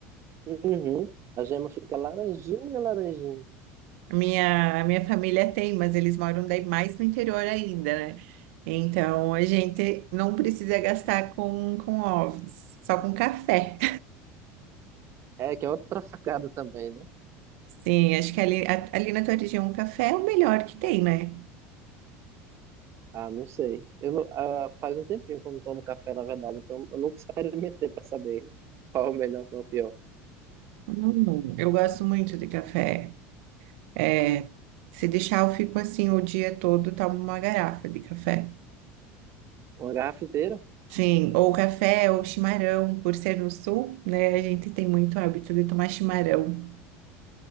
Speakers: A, on the right; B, on the right.
A: Uhum. A gema fica laranjinha, laranjinha.
B: A Minha, a minha família tem, mas eles moram daí mais no interior ainda, né? Então a gente não precisa gastar com, com ovos, só com café.
A: É, que é outra facada também, né?
B: Sim, acho que ali, a- ali na tua região o café é o melhor que tem, né?
A: Ah, não sei. Eu não- ah, faz um tempinho que eu não tomo café, na verdade, então eu nunca experimentei para saber qual é o melhor, qual é o pior.
B: Hum, eu gosto muito de café. É, se deixar, eu fico assim o dia todo, tomo uma garrafa de café.
A: Uma garrafa inteira?
B: Sim, ou café ou chimarrão, por ser no sul, né? A gente tem muito hábito de tomar chimarrão.